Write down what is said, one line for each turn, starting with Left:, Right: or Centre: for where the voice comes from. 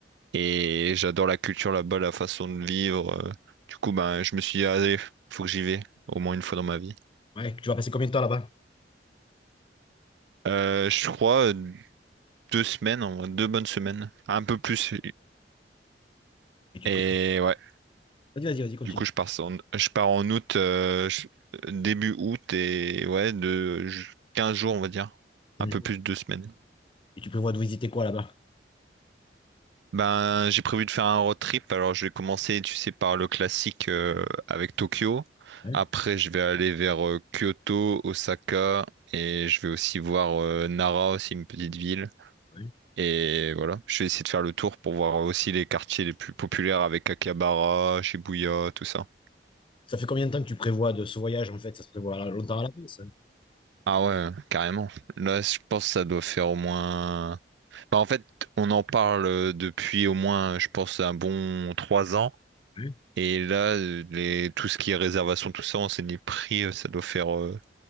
Right: Et j'adore la culture là-bas, la façon de vivre. euh. Du coup, ben, je me suis dit, allez, faut que j'y vais, au moins une fois dans ma vie.
Left: Ouais, tu vas passer combien de temps là-bas?
Right: Euh, je crois euh, deux semaines, en- deux bonnes semaines, un peu plus.
Left: Et tu
Right: Et
Left: prévois...
Right: ouais,
Left: Vas-y, vas-y, vas-y, continue.
Right: du coup, je pars en, je pars en août, euh, je- début août, et ouais, de ju- 15 jours, on va dire.
Left: Un
Right: Un peu
Left: jour.
Right: plus de deux semaines.
Left: Et tu prévois de visiter quoi là-bas?
Right: Ben, j'ai prévu de faire un road trip. Alors, je vais commencer, tu sais, par le classique euh, avec Tokyo.
Left: Ouais,
Right: Après, je vais aller vers euh, Kyoto, Osaka, et je vais aussi voir euh, Nara, aussi une petite ville.
Left: ouais.
Right: Et voilà, je vais essayer de faire le tour pour voir aussi les quartiers les plus populaires avec Akihabara, Shibuya, tout ça.
Left: Ça fait combien de temps que tu prévois de ce voyage en fait? Ça se prévoit à- longtemps à l'avance. hein
Right: Ah ouais, carrément. Là, je pense que ça doit faire au moins... Bah, en fait, on en parle euh, depuis au moins, je pense, un bon trois ans.
Left: Ouais.
Right: Et là, euh, les... tout ce qui est réservation, tout ça, on s'est dit prix, euh, ça doit faire euh,